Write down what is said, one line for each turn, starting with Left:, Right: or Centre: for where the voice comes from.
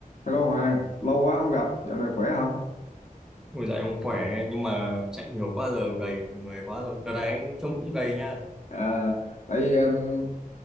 Left: Hello Hoàng, lâu quá không gặp, dạo này khỏe không?
Centre: Ôi dạ em khỏe nhưng mà chạy nhiều quá giờ gầy người quá rồi. Đợt này anh trông cũng gầy nha.
Left: À, tại vì um,